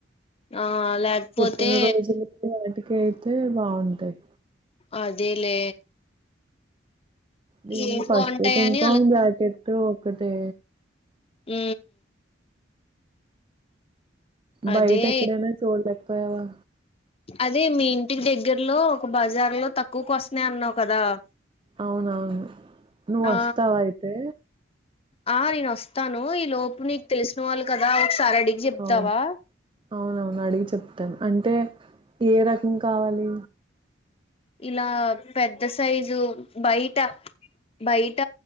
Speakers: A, on the left; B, on the right.
A: ఆ లేకపోతే
B: పుట్టిన రోజులకి వాటికి అయితే బాగుంటాయి
A: అదేలే
B: దీని
A: ఏం
B: పసుపు
A: బాగుంటాయని
B: కుంకుమ జాకెట్ ఒకటె
A: మ్ అదే
B: బయటెక్కడైనా చూడలేకపోయావా
A: అదే మీ ఇంటికి దగ్గరలో ఒక బజార్ లో తక్కువకోస్తన్నాయి అన్నావు కదా
B: అవునవును నువ్
A: ఆ
B: వస్తావా అయితే
A: ఆ నేనోస్తాను ఈ లోపు నీకు తెలిసిన వాళ్ళు కదా ఒకసారి అడిగి చెప్తావా
B: అవును అవునవును అడిగి చెప్తాను అంటే ఏ రకం కావాలి
A: ఇలా పెద్ద సైజు బయట బయట